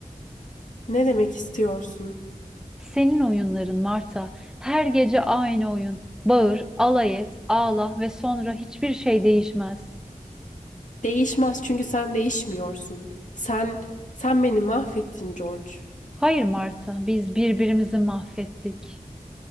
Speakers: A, on the left (about 60°); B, in the centre.
A: Ne demek istiyorsun?
B: Senin oyunların Marta. Her gece aynı oyun. Bağır, alay et, ağla ve sonra hiçbir şey değişmez.
A: Değişmez çünkü sen değişmiyorsun. Sen sen beni mahvettin George.
B: Hayır Marta, biz birbirimizi mahvettik.